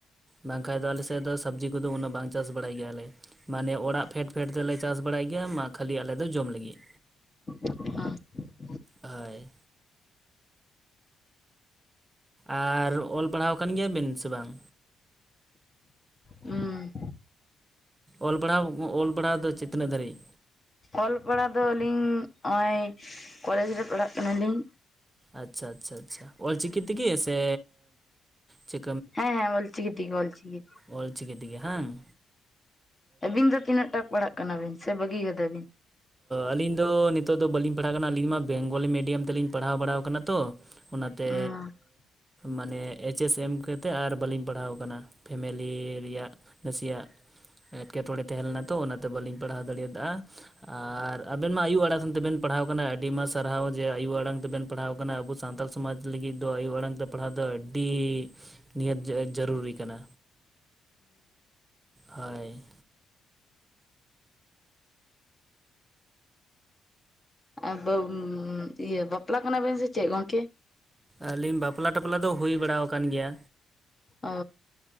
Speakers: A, on the right; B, on the left.
A: ᱵᱟᱝᱠᱷᱟᱱ ᱫᱚ ᱟᱞᱮᱥᱮᱫ ᱫᱚ ᱥᱚᱵᱽᱡᱤ ᱠᱚᱫᱚ ᱩᱱᱟᱹᱜ ᱵᱟᱝ ᱪᱟᱥ ᱵᱟᱲᱟᱭ ᱜᱮᱭᱟᱞᱮ ᱢᱟᱱᱮ ᱚᱲᱟᱜ ᱯᱷᱮᱰ ᱯᱷᱮᱰ ᱛᱮᱞᱮ ᱪᱟᱥ ᱵᱟᱲᱟᱭ ᱜᱮᱭᱟ ᱢᱟ ᱠᱷᱟᱹᱞᱤ ᱟᱞᱮ ᱫᱚ ᱡᱚᱢ ᱞᱟᱹᱜᱤᱫ᱾
B: ᱚ
A: ᱦᱳᱭ ᱟᱨ ᱚᱞ ᱯᱟᱲᱦᱟᱣ ᱟᱠᱟᱱ ᱜᱮᱭᱟ ᱵᱤᱱ ᱥᱮ ᱵᱟᱝ?
B: ᱦᱩᱸ
A: ᱚᱞ ᱯᱟᱲᱟᱣ ᱚᱞ ᱯᱟᱲᱟᱣ ᱫᱚ ᱛᱤᱱᱟᱹᱜ ᱫᱷᱟᱹᱨᱤᱡ
B: ᱚᱞ ᱯᱟᱲᱦᱟᱣ ᱫᱚ ᱟᱹᱞᱤᱧ ᱱᱚᱜᱼᱚᱭ ᱠᱚᱞᱮᱡᱽ ᱨᱮ ᱯᱟᱲᱦᱟᱜ ᱠᱟᱱᱟ ᱞᱤᱧ?
A: ᱟᱪᱪᱷᱟ ᱟᱪᱪᱷᱟ ᱟᱪᱪᱷᱟ ᱚᱞᱪᱤᱠᱤ ᱛᱮᱜᱮ ᱥᱮ ᱪᱮᱫ
B: ᱦᱮᱸ ᱦᱮᱸ ᱚᱞ ᱪᱤᱠᱤ ᱛᱮᱜᱮ ᱚᱞ ᱪᱤᱠᱤ᱾
A: ᱚᱞ ᱪᱤᱠᱤ ᱛᱮᱜᱮ ᱦᱟᱸᱝ
B: ᱟᱹᱵᱤᱱ ᱫᱚ ᱛᱤᱱᱟᱹᱜ ᱴᱟ ᱯᱟᱲᱦᱟᱜ ᱠᱟᱱᱟ ᱵᱤᱱ ᱥᱮ ᱵᱟᱹᱜᱤ ᱠᱟᱫᱟ ᱵᱤᱱ
A: ᱟᱹᱞᱤᱧ ᱫᱚ ᱱᱤᱛᱚᱜ ᱫᱚ ᱵᱟᱹᱞᱤᱧ ᱯᱟᱲᱦᱟᱜ ᱠᱟᱱᱟ, ᱟᱹᱞᱤᱧ ᱢᱟ ᱵᱮᱝᱜᱽᱞᱤ ᱢᱤᱰᱤᱭᱟᱢ ᱛᱮᱞᱤᱧ ᱯᱟᱲᱦᱟᱣ ᱵᱟᱲᱟᱟᱣ ᱠᱟᱱᱟ ᱛᱚ᱾ ᱚᱱᱟ ᱛᱮ
B: ᱦᱩᱸ
A: ᱢᱟᱱᱮ ᱮ ᱪᱮᱥ ᱮᱢ ᱠᱟᱛᱮᱫ ᱟᱨ ᱵᱟᱹᱞᱤᱧ ᱯᱟᱲᱦᱟᱣ ᱟᱠᱟᱱᱟ ᱯᱷᱮᱢᱮᱞᱤ ᱨᱮᱭᱟᱜ ᱱᱟᱥᱮᱭᱟᱜ ᱮᱸᱴᱠᱮᱴᱚᱬᱮ ᱛᱟᱦᱮᱸ ᱞᱮᱱᱟ ᱛᱚ ᱚᱱᱟᱛᱮ ᱵᱟᱹᱞᱤᱧ ᱯᱟᱲᱦᱟᱣ ᱫᱟᱲᱮᱭᱟᱫᱟ᱾ ᱟᱨ ᱟᱵᱮᱱ ᱢᱟ ᱟᱭᱩ ᱟᱲᱟᱝ ᱛᱮ ᱛᱮᱵᱮᱱ ᱯᱟᱲᱦᱟᱣ ᱟᱠᱟᱱᱟ ᱟᱹᱰᱤ ᱢᱟ ᱥᱟᱨᱦᱟᱣ ᱡᱮ ᱟᱭᱩ ᱟᱲᱟᱝ ᱛᱮᱵᱮᱱ ᱯᱟᱲᱦᱟᱣ ᱟᱠᱟᱱᱟ ᱟᱵᱚ ᱥᱟᱱᱛᱟᱞ ᱥᱚᱢᱟᱡᱽ ᱞᱟᱹᱜᱤᱫ ᱫᱚ ᱟᱭᱳ ᱟᱲᱟᱝ ᱛᱮ ᱯᱟᱲᱦᱟᱣ ᱫᱚ ᱟᱹᱰᱤ ᱱᱤᱦᱟᱹᱛᱤ ᱡᱟᱹᱨᱩᱨᱤ ᱠᱟᱱᱟ᱾ ᱦᱚᱭ
B: ᱟᱨ ᱤᱭᱟᱹ ᱵᱟᱯᱞᱟ ᱠᱟᱱᱟ ᱵᱮᱱ ᱥᱮ ᱪᱮᱫ ᱜᱚᱢᱠᱮ?
A: ᱟᱹᱞᱤᱧ ᱵᱟᱯᱞᱟᱼ ᱴᱟᱯᱞᱟ ᱫᱚ ᱦᱩᱭ ᱵᱟᱲ ᱟᱠᱟᱱ ᱜᱮᱭᱟ᱾
B: ᱚ